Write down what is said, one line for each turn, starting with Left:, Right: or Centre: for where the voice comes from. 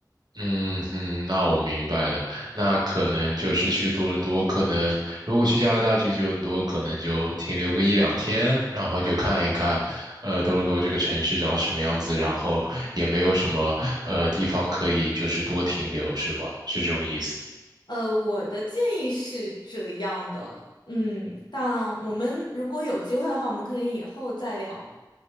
Right: 嗯嗯，那我明白了。那可能就是去多伦多，可能如果去加拿大去多伦多，可能就停留个一两天，然后就看一看，呃，多伦多这个城市长什么样子，然后也没有什么呃地方可以就是多停留，是吧？是这种意思。
Left: 呃，我的建议是这样的，嗯，但我们如果有机会的话，我们可以以后再聊。